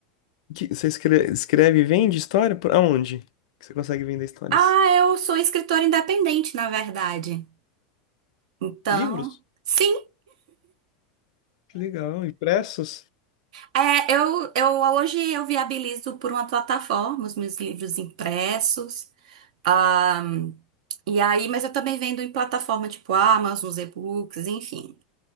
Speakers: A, on the left; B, on the right.
A: e que- você escreve, escreve e vende história? Por aonde? Que você consegue vender histórias?
B: Ah, eu sou escritora independente, na verdade. Então,
A: Livros?
B: sim,
A: Que legal. Impressos?
B: é, eu, eu hoje eu viabilizo por uma plataforma os meus livros impressos. ahm, e aí, mas eu também vendo em plataforma tipo Amazon, os e-books, enfim.